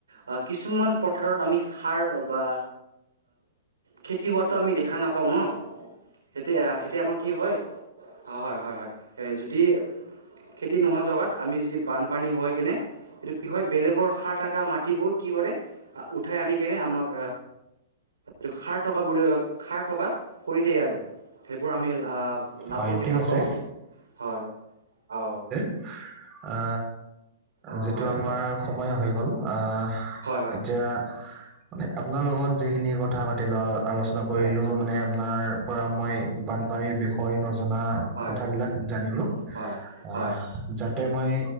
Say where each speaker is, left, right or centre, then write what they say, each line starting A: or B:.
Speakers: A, on the right; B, on the right.
A: আ কিছুমান পথাৰত আমি সাৰ বা খেতি হোৱাতটো আমি দে দেখা নাপাওঁ ন, তেতিয়া তেতিয়া আমাৰ কি হয়, হয়, হয়, হয়। সে যদি খেতি নোহোৱা জেগাত আমি যদি বানপানী হয় কেনে সটো কি হয় বেলেগৰ সাৰ থকা মাটিবোৰ কি কৰে, উঠাই আনি কেনে আমাক টো খাৰ থকা বিলাক, খাৰ থকা কৰি দিয়ে আৰু সেইবোৰ আমি আ লাভবোৰ
B: হয়,
A: দেখা
B: ঠিক আছে
A: পাওঁ হয়। অ'।
B: আ
A: অ
B: যিটো
A: হয়
B: আমাৰ
A: হয়
B: সময় হৈ গ'ল আ
A: হয় হয়
B: এতিয়া মানে আপোনাৰ লগত যিখিনি কথা পাতি লোৱা হ'ল আলোচনা কৰিলো,
A: হয় হয়
B: মানে আপোনাৰ পৰা মই বানপানীৰ বিষয় ষয়ে নজনা
A: হয়
B: কথাবিলাক জানিলো।
A: হয়
B: আ
A: হয় হয়
B: যাতে মই